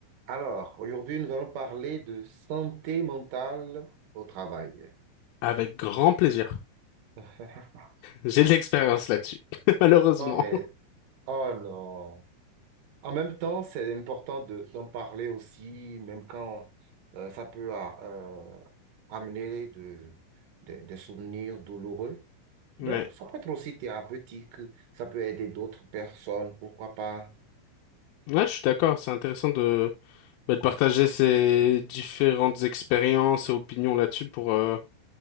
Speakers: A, on the right; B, on the left.
A: Alors, aujourd'hui, nous allons parler de santé mentale au travail.
B: Avec grand plaisir.
A: <laughs>
B: J'ai de l'expérience là-dessus, <laughs> malheureusement.
A: Oh, mais, oh non. En même temps, c'est important de, d'en parler aussi, même quand euh, ça peut ah, euh, ramener de, de- des souvenirs douloureux.
B: Ouais.
A: Mais ça peut être aussi thérapeutique, ça peut aider d'autres personnes, pourquoi pas.
B: Ouais, je suis d'accord. C'est intéressant de, bah, de partager ces différentes expériences et opinions là-dessus pour, euh,